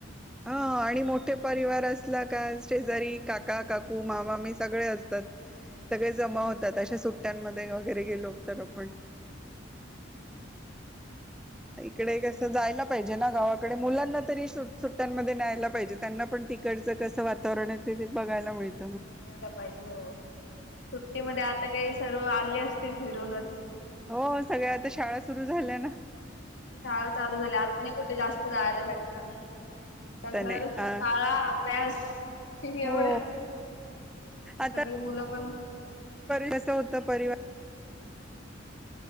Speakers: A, in the centre; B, on the left.
A: हा आणि मोठे परिवार असला का शेजारी काका काकू मामामी सगळे असतात सगळे
B: हो
A: जमा होतात अशा सुट्ट्यांमध्ये वगैरे गेलो तर आपण
B: तेच ना मजा
A: इकडे
B: येते
A: कस
B: मग
A: जायला पाहिजे ना गावाकडे मुलांना तरी सु सुट्ट्यांमध्येध्ये न्यायला पाहिजे त्यांना पण तिकडचं कसं वातावरण येत ते बघायला मिळत
B: बघायला पाहिजे हो सुट्टीमध्ये आता काही सर्व आले असतील फिरूनच
A: हो सगळ्या आता शाळा सुरू झाल्या ना
B: का शाळा चालू झाल्या आता नाही कुठे जास्त जायला भेटणार आता घर
A: नाही
B: शाळा
A: अ
B: अभ्यास एवढंच
A: हो आता
B: सगळी मुलं पण
A: कस होत परिवार